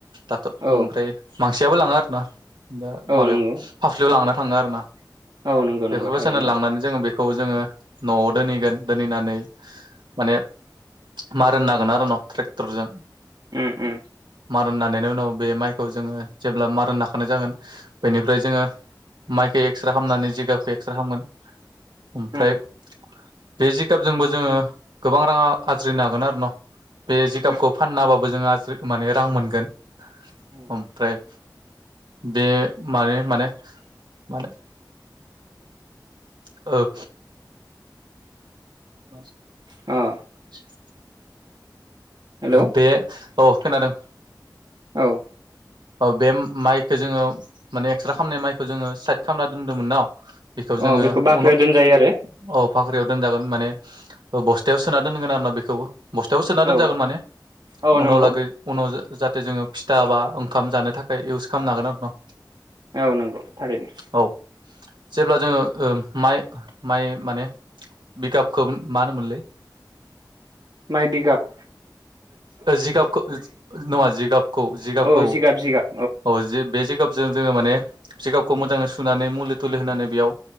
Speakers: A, on the right; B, on the right.
A: दाथ' ओमफ्राय
B: औ
A: मानसियाबो लाङा आरो ना। दा
B: औ
A: माबायाव
B: नंगौ
A: फाफ्लियाव लांना थाङो आरोना
B: औ नंगौ
A: बेफोरबो
B: नंगौ थारैनो
A: चेनेल लांनानै जोङो बे खौ जोङो न'आव दोनहैगोन दोनहैनानै माने मार होननांगोन आरो न' ट्रेक्टर जों
B: उम उम।
A: मारुन नानायनि उनाव बे माइखौ जोङो जेब्ला मारोन नाखानाय जागोन बेनिफ्राय जोङो माइखौ एक्स्रे खालामामनानै जिगाबखौ एक्स्रे खालामगोन ओमफ्राय
B: उम
A: बे जिगाबजोंबो जोङो गोबां राङा आज्रिनो हागोन आरो न' बे जिगाबखौ
B: उम
A: फाननाबाबो जोंरि माने रां मोनगोन।
B: औ।
A: ओमफ्राय बे माने माने माने ओ। बस
B: आ।
A: <inaudible>
B: हेलौ
A: बे औ खोनादों।
B: औ।
A: बे माइखौ जोङो माने एक्सट्रा खामनाय माइखौ जोङो साइद खालामना दोनदोंमोन न बेखौ जोङो
B: अ बाख्रियाव
A: अन
B: दोनजायो आरो
A: औ फाख्रियाव दोनजागोन माने बस्थायाव सोना दोनगोन आरो ना बेखौबो बस्थायावबो सोना दोनजागोन
B: औ
A: माने
B: औ
A: उनाव
B: नंगौ
A: लागै उनाव जाहाथे जोङो फिथा बा ओंखाम जानो थाखाय इउस खालामनो हागोन आरो न'
B: औ नंगौ थारैनो।
A: औ जेब्ला जोङो माइ माइ माने बिगाबखौ मा होनोमोनलै
B: माइ जिगाब
A: जिगाबखौ जिगाबखौ जिगाबखौ
B: औ जिगाब जिगाब
A: औ जि बे जिगाबजों जोङो माने जिगाबखौ मोजाङै सुनानै मुलि थुलि होनानै बेयाव